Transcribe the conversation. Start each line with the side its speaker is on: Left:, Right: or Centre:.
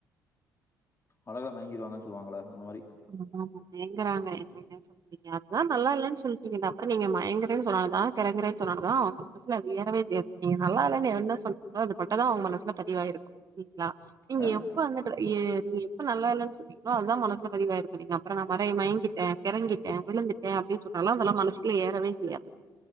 Left: அழகுல மயங்கிருவாங்கனு சொல்லுவாங்களே அந்த மாதிரி
Right: ஆமா மயங்குறாங்க என்னங்க சொல்றிங்க அதா நல்லாயில்லேனு சொல்ட்டீங்கல்ல அப்புறம் நீங்க மயங்கறேனு சொன்னாலும் கிறங்கறேனு சொன்னாலும் அவங்க மனசுல அது ஏறவே ஏறாதுங்க நல்லா இல்லேனு என்ன சொன்னிங்களோ அது மட்டுந்தா அவங்க மனசுல பதிவாயிருக்கும் சரிங்களா நீங்க
Left: ஆ?
Right: எப்ப வந்துட்டு ஏ எப்ப நல்லாயில்லேனு சொன்னீங்களோ அதுதா மனசுபதியும் பதிவாயிருக்கு நீீங்க அப்பறோ நா <unintelligible> நறைய மயங்கிட்டே, கெறங்கிட்டே, விழுந்துட்டே அப்டி சொன்னாலு அதெல்லா மனசுகுள்ள ஏறவே செய்யாது